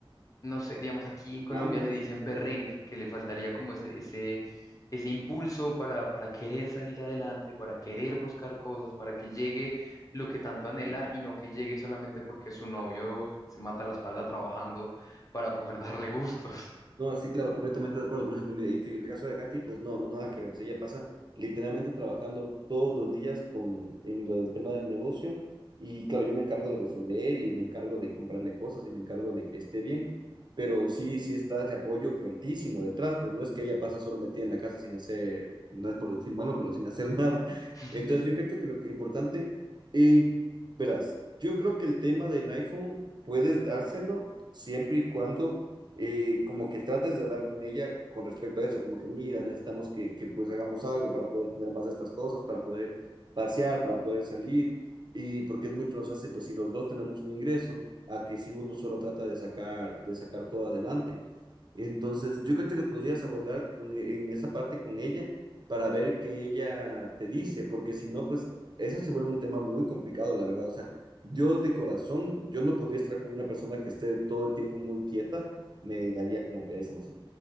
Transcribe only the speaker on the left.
no sé, digamos, aquí
en Colombia
le dicen
perrenque,
que le faltaría como ese, ese, ese impulso para, para querer salir adelante, para querer buscar cosas, para que llegue lo que tanto anhela y no que llegue solamente porque su novio se mata la espalda trabajando para poder darle gustos.
<laughs>